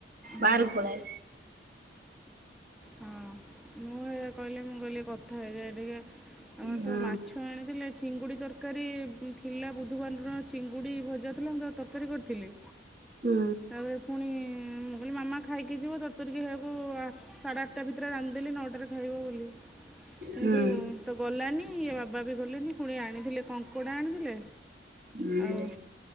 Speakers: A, in the centre; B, on the right.
A: ହଁ
B: ବାହାରକୁ ପଳେଇଆଇଲି।
A: ହଁ। ମୁଁ ହେରା କହିଲେ, ମୁଁ କହିଲି କଥା ହେଇଯାଏ ଟିକେ ଆମର
B: ହୁଁ
A: ତ ମାଛ ଆଣିଥିଲେ ଚିଙ୍ଗୁଡ଼ି ତର ତରକାରୀ ଥିଲା, ବୁଧୁବାରର ଚିଙ୍ଗୁଡ଼ି ଭଜା ଥିଲା ମୁଁ ତା ତରକାରୀ କରିଥିଲି।
B: ହୁଁ
A: ତାପରେ ଫୁଣି, ମୁଁ କହିଲି ମାମା ଖାଇକି ଯିବ। ତର ତରିକି ହେକୁ ସାଢେ ଆଠ ତା ଭିତରେ ରାନ୍ଧିଦେଲି ନଅଟାରେ ଖାଇବ ବୋଲି। କିନ୍ତୁ
B: ହୁଁ
A: ତ ଗଲାନି ଇଆ ବାବା ବି ଗଲେନି। ଫୁଣି ଆଣିଥିଲେ କଙ୍କଡ଼ା ଆଣିଥିଲେ
B: ହୁଁ
A: ଆଉ